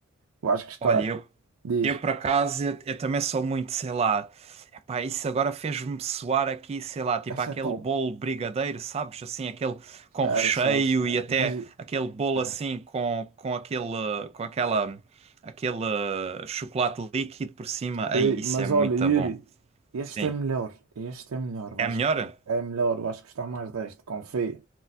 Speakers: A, on the right (about 90°); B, on the right (about 30°).
A: Vais gostar.
B: Olha, eu
A: Diz,
B: Eu, por acaso, eu, eu também sou muito, sei lá. Epá, isso agora fez-me soar aqui, sei lá, tipo
A: isso
B: aquele
A: é top.
B: bolo brigadeiro, sabes? Assim, aquele com
A: Sai,
B: recheio
A: sai, sai.
B: e até
A: Mas,
B: aquele bolo
A: ah,
B: assim com, com aquele, com aquela, aquele chocolate líquido por cima. Aí,
A: Ei,
B: isso
A: Mas
B: é muito
A: olha, Yuri,
B: bom.
A: este
B: Sim.
A: é melhor, este é melhor, vais,
B: É melhor?
A: cur- é melhor, vais gostar mais deste, confia,